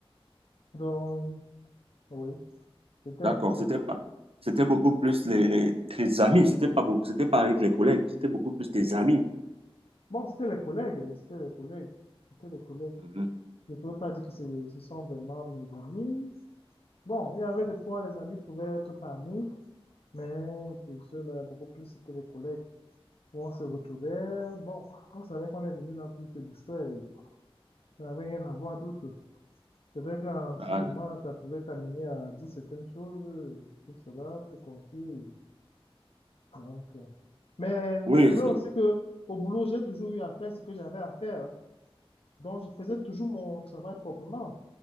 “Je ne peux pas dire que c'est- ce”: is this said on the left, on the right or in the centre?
Left